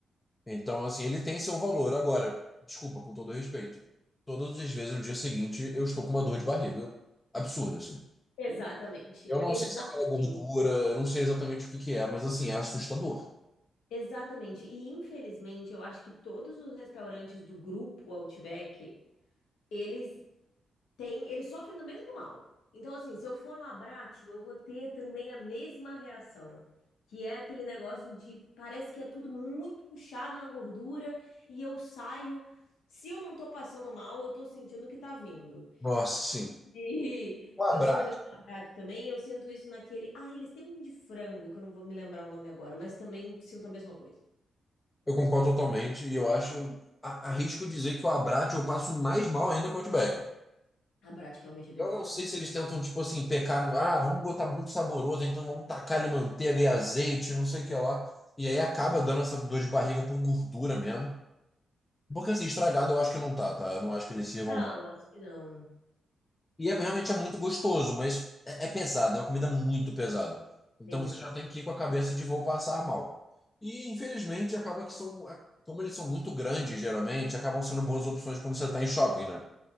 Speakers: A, on the left; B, on the left.
A: Então, assim, ele tem seu valor. Agora, desculpa, com todo respeito. Todas as vezes no dia seguinte eu estou com uma dor de barriga absurda, assim.
B: Exatamente,
A: Eu não
B: exatamente,
A: sei se é pela gordura, eu não sei exatamente o que que é, mas assim, é assustador.
B: exatamente. E infelizmente, eu acho que todos os restaurantes do grupo Outback, eles tem, eles sofrem do mesmo mal. Então, assim, se eu for no Abrátio, eu vou ter também a mesma reação, que é aquele negócio de parece que é tudo muito puxado na gordura e eu saio. Se eu não tô passando mal, eu tô sentindo que tá vindo.
A: Nossa, sim.
B: E
A: O Abrat,
B: eu sinto isso no Abrátio também, eu sinto isso naquele. Ah, eles têm um de frango, que eu não vou me lembrar o nome agora, mas também sinto a mesma coisa.
A: eu concordo totalmente e eu acho, a- arrisco dizer que o Abrat eu passo mais mal ainda que o Outback.
B: Abrátio realmente é bem
A: Eu
B: puxado.
A: não sei se eles tentam, tipo assim, pecar no. Ah, vamos botar muito saboroso, então vamos tacar ali manteiga e azeite, não sei o que lá. E aí acaba dando essa dor de barriga por gordura mesmo. Porque assim, estragado eu acho que não tá, tá? Eu não acho que eles sirvam,
B: Não,
A: não.
B: acho que não.
A: E é, realmente é muito gostoso, mas é, é pesado, é uma comida muito pesada. Então
B: Bem pesado.
A: você já tem que ir com a cabeça de vou passar mal. E infelizmente acaba que são. Como eles são muito grandes, geralmente, acabam sendo boas opções quando você tá em shopping, né?